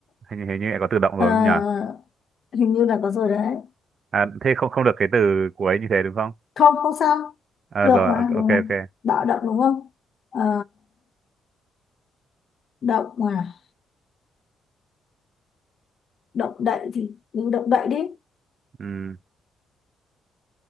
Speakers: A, on the right; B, on the left.
A: hình, hình như lại có từ động
B: ờ,
A: rồi đúng không nhỉ
B: hình như là có rồi đấy
A: à, thế không không được cái từ cuối như thế đúng không
B: không không sao
A: à,
B: được
A: rồi
B: mà
A: ok
B: được
A: ok
B: mà
A: ok.
B: bạo động đúng không Ờ, động à động đậy thì cứ động đậy đi
A: Ừm,